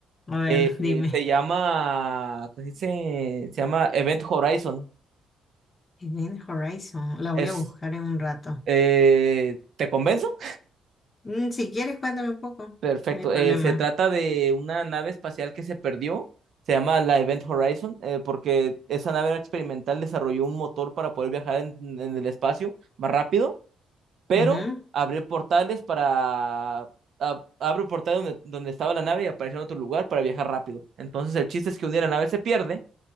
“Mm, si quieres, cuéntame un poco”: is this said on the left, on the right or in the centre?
Left